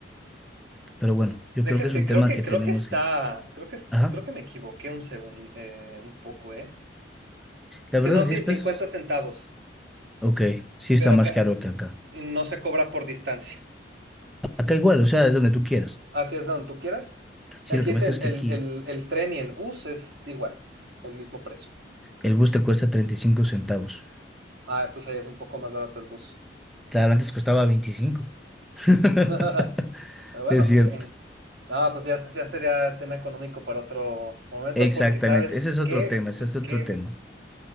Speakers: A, in the centre; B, on the right.
A: Pero bueno, yo
B: Deja-
A: creo que es
B: de-
A: un
B: creo
A: tema
B: que,
A: que
B: creo
A: tenemos
B: que está,
A: que...
B: creo que, es-
A: Ajá.
B: creo que me equivoqué un segundo, un poco, ¿eh?
A: La
B: Sí,
A: verdad,
B: no, sí,
A: 10
B: 50
A: pesos.
B: centavos,
A: Ok, sí está
B: pero
A: más
B: acá
A: caro que acá.
B: no se cobra por distancia.
A: Acá igual, o sea, es donde tú quieras.
B: Así es donde tú quieras.
A: Sí,
B: Aquí
A: lo que
B: es
A: pasa
B: el,
A: es que
B: el,
A: aquí
B: el, el tren y el bus, es igual, el mismo precio.
A: el bus te cuesta 35 centavos.
B: Ah, entonces ahí es un poco más barato el bus.
A: Claro, antes costaba veinticinco <laughs>
B: <laughs> Pero bueno,
A: Es cierto.
B: en, en- no, pues ya, se- ya sería tema económico para otro momento,
A: Exactamente.
B: porque ¿sabes
A: Ese es otro
B: qué?
A: tema, ese
B: Es
A: es
B: que
A: otro tema.